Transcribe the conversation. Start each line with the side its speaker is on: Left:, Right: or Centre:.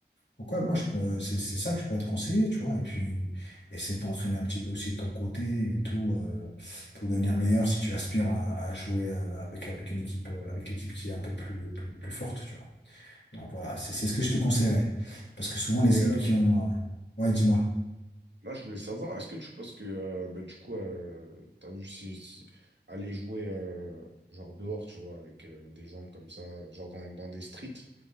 Left: Donc ouais, moi,
Right: Ouais.
Left: je peux- c'est c'est ça que je pourrais te conseiller, tu vois. Et puis, essayer de t'entraîner un petit peu aussi de ton côté et tout, euh, pour devenir meilleur si tu aspires à, à jouer euh, avec, avec une équipe, euh, avec l'équipe qui est un peu plus, plus, plus forte, tu vois. Donc voilà, c'est c'est ce que je te conseillerais. Parce que souvent, les
Right: Et, euh,
Left: équipes qui ont. euh, Ouais, dis-moi.
Right: Là, je voulais savoir, est-ce que tu penses que, euh, bah, du coup, euh, t'as vu si, si- aller jouer, euh, genre dehors, tu vois, avec euh, des gens comme ça, genre dans, dans des streets,